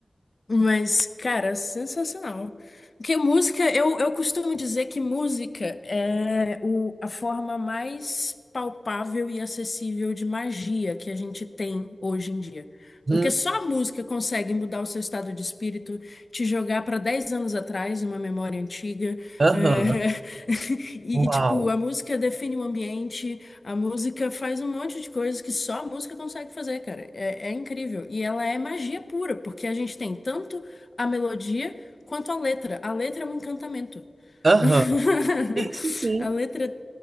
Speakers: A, on the left; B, on the right.
A: Mas, cara, sensacional. Porque música, eu, eu costumo dizer que música é o, a forma mais palpável e acessível de magia que a gente tem hoje em dia.
B: Hum,
A: Porque só a música consegue mudar o seu estado de espírito, te jogar para 10 anos atrás, uma memória antiga.
B: Aham,
A: é, <laughs> E,
B: uau.
A: e, tipo, a música define o ambiente. A música faz um monte de coisas que só a música consegue fazer, cara. É, é incrível. E ela é magia pura, porque a gente tem tanto a melodia quanto a letra. A letra é um encantamento.
B: Aham.
A: <laughs>
B: Isso sim.
A: A letra